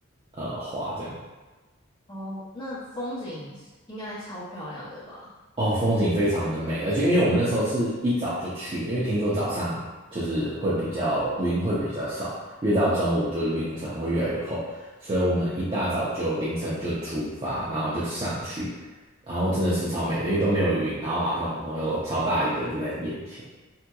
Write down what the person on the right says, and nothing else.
呃，滑这样。
哦，风景非常的美，而且因为我们那时候是一早就去了因为听说早上就是会比较云会比较少，越到中午就云层会越来越厚，所以我们一大早就凌晨就出发，然后就上去，然后真的是超美的，因为都没有云，然后马特洪峰又超大一个就在眼前。